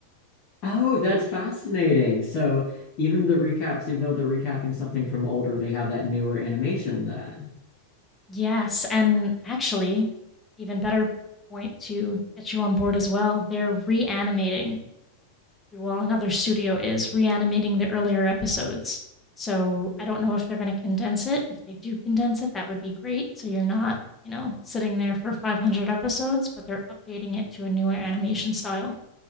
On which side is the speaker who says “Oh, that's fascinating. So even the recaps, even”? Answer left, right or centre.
Left